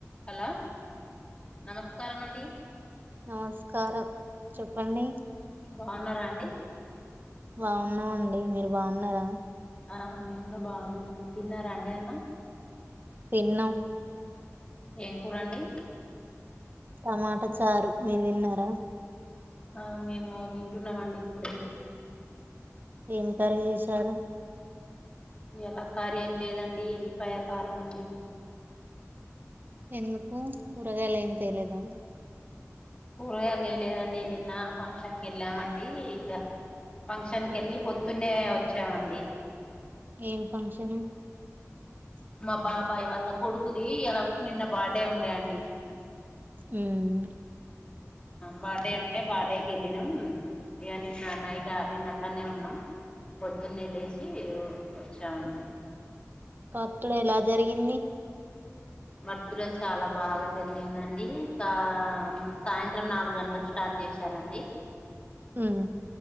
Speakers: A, on the left (about 20°); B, on the right (about 35°).
A: హలో నమస్ స్కారమండి.
B: నమస్కారం చెప్పండి.
A: బాగున్నారా అండి.
B: బాగున్నామండి. మీరు బాగున్నారా!
A: ఆ మేము కూడా బాగున్నామండి తిన్నారా అండి అన్నం
B: తిన్నాం
A: ఏం కూరండి.
B: టమాటా చారు మీరు తిన్నారా.
A: ఆ మేము తింటున్నామండి ఇప్పుడు
B: ఏం కర్రీ చేేశారు
A: ఎలా కార్యం లేదండి ఎల్లిపాయ కారం తమండి
B: ఎందుకు కూరగాయలు ఏం తెలేదా
A: కూరగాయ తేలేదండి నిన్న ఫంక్షన్ కి వెళ్ళామండి ఇక ఫంక్షన్ కెళ్ళి పొద్దునే వచ్చామండి
B: ఏం ఫంక్షన్
A: మా బాబాయ్ వాల్ల కొడుకుది ఇలా నిన్న బర్డే ఉండే అండి
B: హ్మ్మ్
A: బర్డే ఉంటే బర్త్డేకి వెళ్ళినాం ఇక నిన్న నైట్ నిన్న అక్కనే ఉన్నాం పొద్దున్నే లేేసి వచ్చాంఅండి
B: బర్త్డే ఎలా జరిగింది
A: బర్త్డే చాలా బాగా జరిగిందండి ఇంకా సాయంత్రం నాలుగు గంటలకు స్టార్ట్ చేశారండి
B: హ్మ్మ్